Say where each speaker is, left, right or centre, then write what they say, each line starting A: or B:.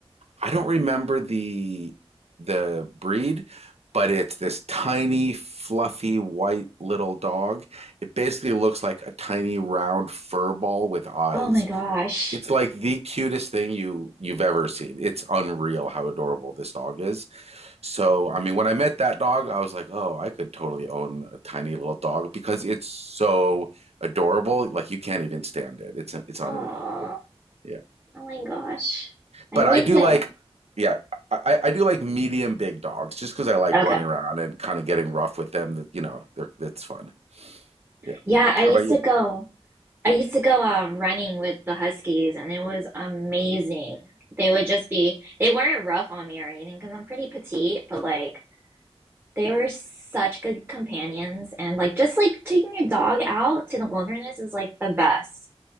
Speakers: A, on the right; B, on the right.
A: I don't remember the the breed, but it's this tiny, fluffy, white little dog. It basically looks like a tiny round fur ball with eyes.
B: Oh my gosh.
A: It's like the cutest thing you you've ever seen. It's unreal how adorable this dog is. So, I mean, when I met that dog, I was like, "Oh, I could totally own a tiny little dog because it's so adorable. Like you can't even stand it. It's it's unreal."
B: Oh,
A: Yeah. Yeah.
B: oh my gosh. I
A: But
B: need
A: I do
B: to.
A: like, yeah, I, I do like medium big dogs just because I like
B: Okay.
A: running around and kind of getting rough with them. That you know, they're, it's fun. Yeah.
B: Yeah, I
A: How
B: used
A: about
B: to
A: you?
B: go. I used to go uh, running with the Huskies, and it was amazing. They would just be. They weren't rough on me or anything because I'm pretty petite, but like they were such good companions, and like just like taking your dog out to the wilderness is like the best.